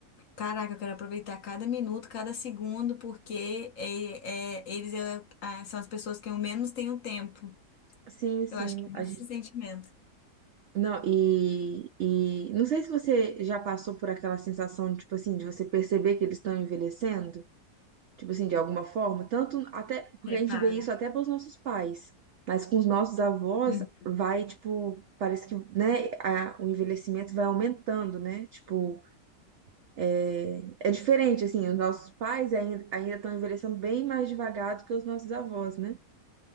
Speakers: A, on the left; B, on the right.
A: Caraca, eu quero aproveitar cada minuto, cada segundo, porque é, é, eles é, ah, são as pessoas que eu menos tenho tempo.
B: Sim, sim.
A: Eu acho que é muito
B: A gente...
A: esse sentimento.
B: Não, e, e não sei se você já passou por aquela sensação, tipo assim, de você perceber que eles estão envelhecendo. Tipo assim, de alguma forma, tanto até porque
A: Reparo.
B: a gente vê isso até pelos nossos pais, mas com os nossos avós
A: Uhum.
B: vai, tipo, parece que, né, a- o envelhecimento vai aumentando, né? Tipo, é é diferente, assim, os nossos pais ainda ainda estão envelhecendo bem mais devagar do que os nossos avós, né?